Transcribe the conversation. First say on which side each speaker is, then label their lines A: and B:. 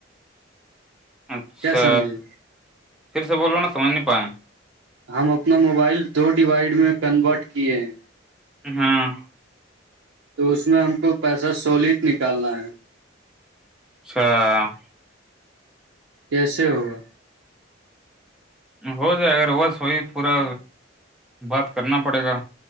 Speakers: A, in the centre; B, on the right.
A: اچھا
B: کیا سمجھے
A: پھر سے بول رہو نا سمجھ نہیں پائیں
B: ہم اپنا موبائل دو ڈیوائڈ میں کنورٹ کیے ہیں
A: ہاں
B: تو اس میں ہم کو پیسہ سولڈ نکالنا ہے
A: چھا <unintelligible>
B: کیسے ہوگا
A: ہو جائے اگر بس وہی پورا بات کرنا پڑے گا